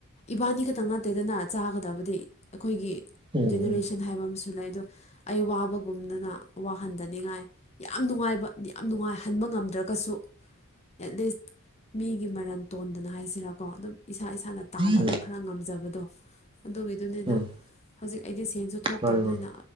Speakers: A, on the left; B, on the right.
A: ꯏꯕꯥꯅꯤ ꯈꯛꯇꯪ ꯅꯠꯇꯦꯗꯅ ꯆꯥꯒꯗꯕꯗꯤ ꯑꯩꯈꯣꯏꯒꯤ
B: ꯎꯝ
A: ꯖꯦꯅꯦꯔꯦꯁꯟ
B: ꯎꯝ
A: ꯍꯥꯏꯕ ꯑꯃꯁꯨ ꯂꯩ ꯑꯗꯣ ꯑꯩ ꯋꯥꯕꯒꯨꯝꯗꯅ ꯋꯥꯍꯟꯗꯅꯤꯡꯉꯥꯏ ꯌꯥꯝ ꯅꯨꯡꯉꯥꯏꯕ ꯌꯥꯝ ꯅꯨꯡꯉꯥꯏꯍꯟꯕ ꯉꯝꯗ꯭ꯔꯒꯁꯨ ꯑꯦꯠꯂꯤꯁ ꯃꯤꯒꯤ ꯃꯔꯟ ꯇꯣꯟꯗꯅ ꯍꯥꯏꯁꯤꯔꯥꯀꯣ ꯑꯗꯨꯝ ꯏꯁꯥ ꯏꯁꯥꯅ ꯇꯥꯜꯂꯒ
B: ꯎꯝ
A: ꯈꯔ ꯉꯝꯖꯕꯗꯣ ꯑꯗꯨꯒꯤꯗꯨꯅꯤꯗ
B: ꯎꯝ
A: ꯍꯧꯖꯤꯛ ꯑꯩꯗꯤ ꯁꯦꯟꯁꯨ ꯊꯣꯛꯇꯕꯅꯤꯅ
B: ꯃꯥꯅꯤ ꯃꯥꯅꯤ